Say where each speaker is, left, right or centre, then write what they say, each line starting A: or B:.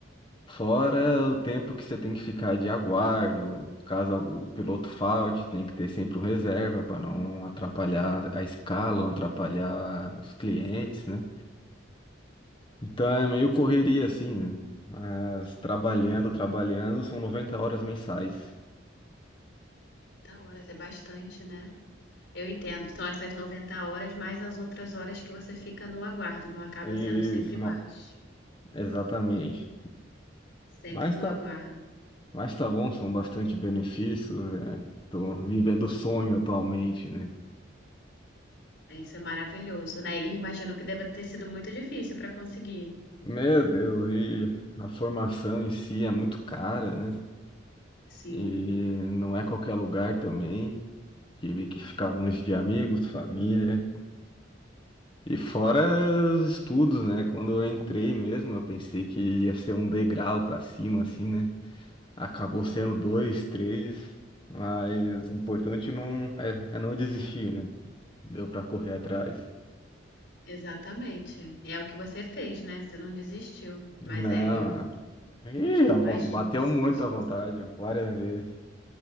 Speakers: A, on the left; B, on the left.
A: Fora
B: Ok.
A: o tempo que você tem que ficar de aguardo, caso o piloto falte, tem que ter sempre um reserva para não atrapalhar a escala, não atrapalhar os clientes, né? Então é meio correria assim, né? Mas trabalhando, trabalhando, são 90 horas mensais.
B: 30 horas é bastante, né? Eu entendo. Então, essas 90 horas mais as outras horas que você fica no aguardo. Então, acaba
A: É Isso,
B: sendo sempre mais.
A: não. Exatamente.
B: Sempre
A: Mas
B: no
A: tá
B: aguardo.
A: Mas tá bom, são bastante benefícios, é. Tô vivendo o sonho
B: Sim.
A: atualmente, né?
B: É, Isso é maravilhoso, né? E imagino que deve ter sido muito difícil para conseguir.
A: Meu Deus, e a formação em si é muito cara, né?
B: Sim.
A: E não é qualquer lugar também. Tive que ficar longe de amigos, família. E fora os estudos, né? Quando eu entrei mesmo, eu pensei que ia ser um degrau pra cima, assim, né? Acabou
B: Uhum.
A: sendo dois, três. Mas o importante não é, é não desistir, né? Deu pra correr atrás.
B: Exatamente. É o que você fez, né? Você não desistiu. Mas
A: Não,
B: é, eu,
A: não. Ih,
B: eu
A: a
B: imagino
A: von- bateu
B: que esse
A: muito
B: curso
A: à
B: desse
A: vontade, várias vezes.